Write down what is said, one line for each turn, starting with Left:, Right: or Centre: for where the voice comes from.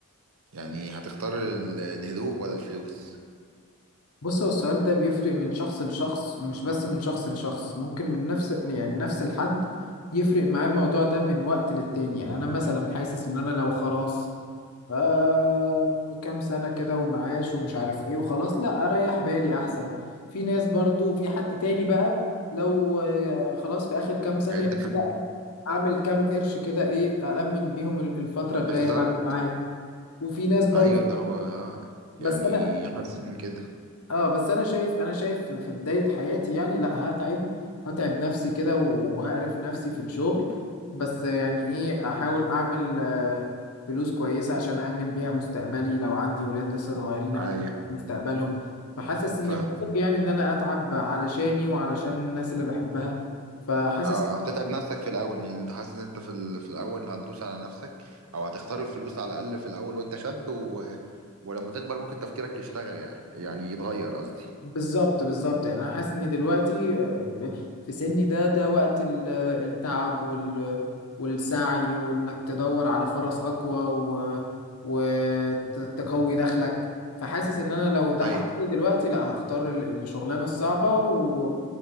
Right: يعني هتختار ال- الهدوء ولا الفلوس
Left: بص هو السؤال ده بيفرق من شخص لشخص ومش بس من شخص لشخص ممكن من نفس يعني نفس الحد يفرق معاه الموضوع ده من وقت للتاني يعني انا مثلا حاسس ان انا لو خلاص آه كام سنة كده ومعاش ومش عارف ايه وخلاص لا اريح بالي احسن في ناس برضو في حد تاني بقى لو آه خلاص في اخر كام سنة
Right: يعني انت
Left: يقول
Right: في-
Left: لا اعمل كام قرش كده ايه أأمن بيهم ال- الفترة
Right: بالظبط
Left: الجاية بعد المعاش وفي ناس برضو
Right: ايوه اللي هو آه،
Left: بس
Right: يعني
Left: انا
Right: حاسس ان كده
Left: اه بس انا شايف انا شايف في بداية حياتي يعني لا هتعب هتعب نفسي كده وهقرف نفسي في الشغل بس يعني ايه احاول اعمل آه، فلوس كويسة عشان أأمن بيها مستقبلي لو عندي ولاد لسه صغيرين أأمن
Right: ايوه
Left: مستقبلهم فحاسس اني
Right: فاهم
Left: منطقي يعني ان انا اتعب علشاني وعلشان الناس اللي بحبها فحاسس
Right: اه هتتعب نفسك في الاول يعني انت حاسس ان انت في ال... في الاول هتدوس على نفسك او هتختار الفلوس على الاقل في الاول وانت شاب و... ولما تكبر ممكن تفكيرك يشتغل يعني يعني يتغير قصدي
Left: بالظبط بالظبط يعني انا حاسس ان دلوقتي آه، في سني ده ده وقت ال- التعب وال والسعي وانك تدور على فرص اقوى و وتقوي دخلك فحاسس ان انا لو ده
Right: ايوه
Left: حصل لي دلوقتي لا هختار ال- الشغلانه الصعبه و...